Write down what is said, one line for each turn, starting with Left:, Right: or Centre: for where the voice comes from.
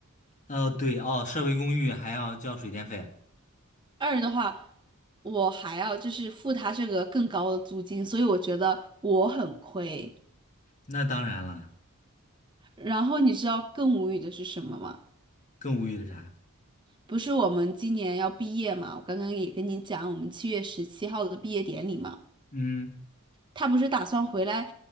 Left: 呃，对，哦，社会公寓还要交水电费，
Right: 二的话我还要就是付他这个更高的租金，所以我觉得我很亏。
Left: 那当然了，
Right: 然后你知道更无语的是什么吗？
Left: 更无语的啥？
Right: 不是我们今年要毕业嘛？我刚刚也跟你讲，我们七月十七号的毕业典礼嘛，
Left: 嗯，
Right: 他不是打算回来